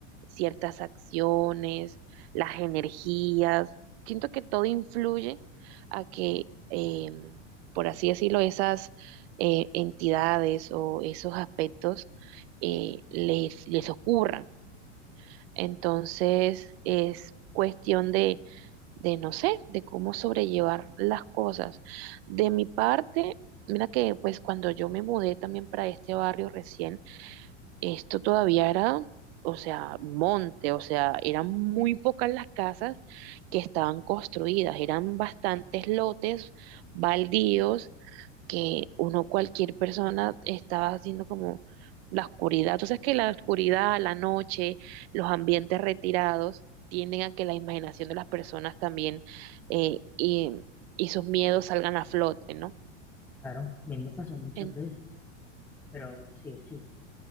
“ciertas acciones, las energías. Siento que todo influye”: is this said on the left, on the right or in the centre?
Right